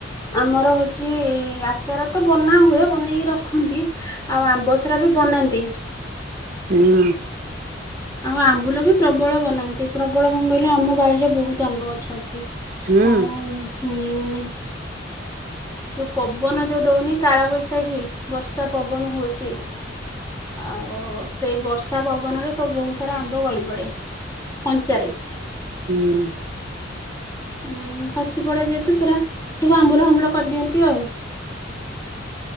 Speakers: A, on the left; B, on the right.
A: ଆମର ହଉଚି ଆଚାର ତ ବନା ହୁଏ ବନେଇକି ରଖ୍ ରଖନ୍ତି। ଆଉ ଆମ୍ବସରା ବି ବନାନ୍ତି।
B: ହୁଁ।
A: ଆଉ ଆମ୍ବୁଲ ବି ପ୍ରବଳ ବନାନ୍ତି ପ୍ରବଳ କଣ କହିଲେ ଆମ ବାଡିରେ ବହୁତୁ ଆମ୍ବ ଗଛ ଅଛି।
B: ହୁଁ।
A: ଆଉ- ହୁଁ। ଯଉ ପବନ ଯଉ ଦଉନି କାଳ ବୈଶାଖୀ ବର୍ଷା ପବନ ହଉଚି। ଆଉ ସେଇ ବର୍ଷା ପବନରେ ସବୁ ବହୁତ୍ ସାରା ଆମ୍ବ ଗଳି ପଡେ। କଞ୍ଚାରେ।
B: ହୁଁ।
A: ହୁଁ ଖସି ପଡେ ଯେହେତୁ ସେରା ସବୁ ଆମ୍ବୁଲ ଫାମ୍ବୁଲ କରିଦିଅନ୍ତି ଆଉ।